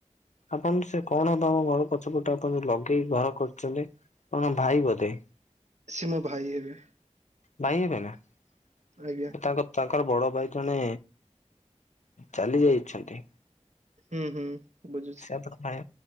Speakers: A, on the left (about 80°); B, on the right (about 75°).
A: ଆପଣ ସେ କଣ ତମ ଘର ପଛପଟେ ଆପଣ ଯଉ ଲଗେଇକି ଘର କରଛନ୍ତି? କଣ ଭାଇ ବୋଧେ?
B: ସେ ମୋ ଭାଇ ହେବେ।
A: ଭାଇ ହେବେ ନା ତ
B: ଆଜ୍ଞା
A: ତାଙ୍କ ତାଙ୍କ ତାଙ୍କର ବଡ ଭାଇ ଜଣେ ଚାଲି ଯାଇଛନ୍ତି।
B: ହ୍ନୁ ହ୍ନୁ ବୁଝୁଛି।
A: ସେ ପାଇଁ